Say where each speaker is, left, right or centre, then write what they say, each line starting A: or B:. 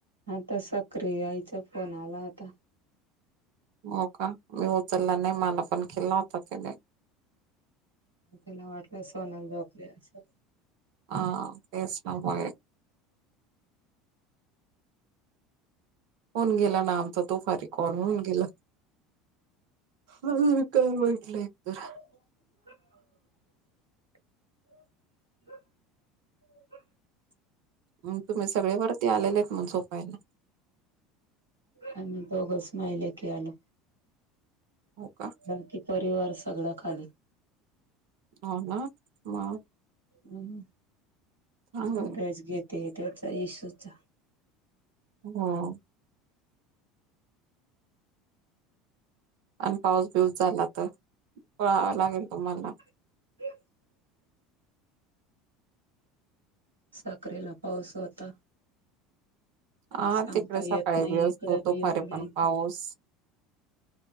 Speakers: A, on the right (about 85°); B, on the right (about 60°).
A: आता सक्रिय आईचा फोन आला आता
B: हो का मी उचलला नाही मला पण केला होता तिने
A: त्यांना वाटलं सोन झोपले असं
B: ह तेच नामुळेय होऊन गेला नामचा तो फारी कॉल म्हणन गेला हम कालवाडलायतर
A: <inaudible> ह
B: म तुम्ही सगळे वरती आलेले आहेत म झोपायला
A: आणि दोघस माहिले की आलो
B: हो का
A: बाकी परिवार सगळं खाली
B: होना म
A: हम
B: चांगले
A: अभ्याच घेते त्याचा इशूचा
B: हम आणि पाऊस बिऊस झाला तर पळावा लागेल तुम्हाला
A: क साखरेला पाऊस होता
B: हा
A: सांगता
B: तिकडे
A: येत
B: सकाळी
A: नाही
B: बि असतो
A: इकडं बी
B: दुपारी
A: येऊन जायचं
B: पण पाऊस